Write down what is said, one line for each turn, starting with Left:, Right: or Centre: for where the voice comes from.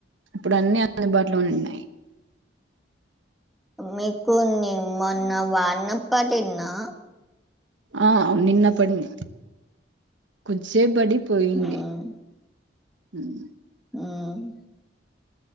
Right: ఇప్పుడు అన్ని అందుబాటులో ఉన్నాయ్
Centre: మీకు మొన్న వాన్నపడిందా
Right: ఆహ్ నిన్న పడింది కోద్సేప్ పడి పోయింది
Centre: ఉమ్
Right: హ్మ్
Centre: హ్మ్